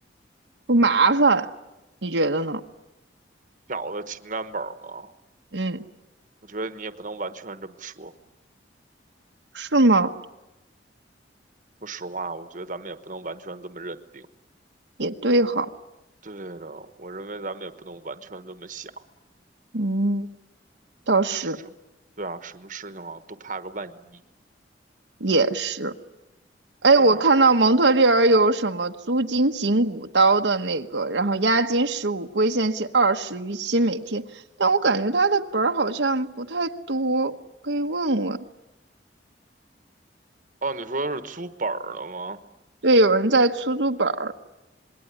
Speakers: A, on the right; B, on the right.
A: 不麻烦，你觉得呢？
B: 小的情感本儿嘛。
A: 嗯，
B: 我觉得你也不能完全这么说。
A: 是吗？
B: 说实话，我觉得咱们也不能完全这么认定。
A: 也对哈，
B: 对的，我认为咱们也不能完全这么想。
A: 嗯，倒是。
B: 什么？对啊，什么事情啊，都怕个万一，
A: 也是。哎，
B: 对吧？
A: 我看到蒙特利尔有什么租金仅五刀的那个，然后押金十五，归现期二十，逾期每天。但我感觉他的本儿好像不太多，可以问问。
B: 哦，你说是租本儿了吗？
A: 对，有人在出租本儿，